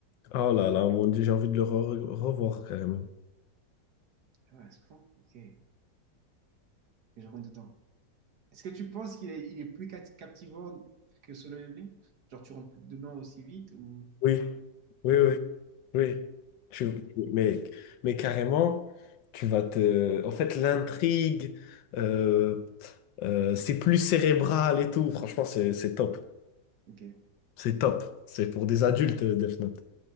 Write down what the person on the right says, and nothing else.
Ah ouais, c'est bon. Ok. Et je rentre dedans. Est-ce que tu penses qu'il est, il est plus cat- captivant que Solo Leveling? Genre, tu rentres plus dedans aussi vite ou.
Ouais,
ouais.
Ok,